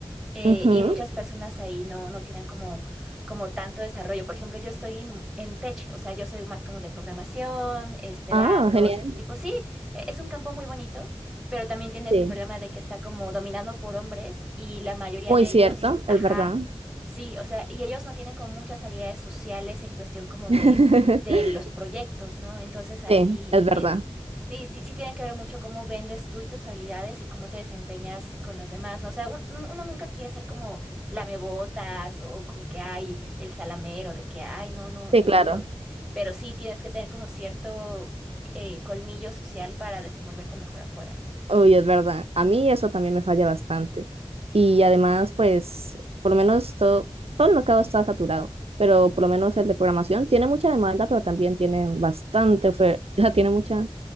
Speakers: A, in the centre; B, on the right.
A: eh,
B: Ujú.
A: y muchas personas
B: Sí,
A: ahí no, no tienen como, como tanto desarrollo. Por ejemplo, yo estoy en en tech, o sea, yo soy más como de programación, este,
B: Ah,
A: datos,
B: genial.
A: ese tipo. Sí, e- es un campo muy bonito, pero también tiene este
B: Sí,
A: problema de que está como dominado por hombres y la mayoría
B: muy
A: de
B: cierto,
A: ellos, ajá.
B: es verdad.
A: Sí, o sea, y ellos no tienen como muchas habilidades sociales en cuestión como
B: <laughs>
A: de, de los proyectos, ¿no? Entonces ahí
B: Sí, es verdad.
A: es, Sí, sí, sí tiene que ver mucho cómo vendes tú y tus habilidades y cómo te desempeñas con los demás, ¿no? O sea, un- un- uno nunca quiere ser como lamebotas o como que hay el salamero de que, ay, no, no, yo,
B: Sí, claro.
A: yo, pero sí tienes que tener como cierto eh, colmillo social para desenvolverte mejor afuera.
B: Uy, es verdad. A mí eso también me falla bastante. Y además, pues, por lo menos todo, todo el mercado está saturado, pero por lo menos el de programación tiene mucha demanda, pero también tiene bastante oferta, <laughs> tiene mucha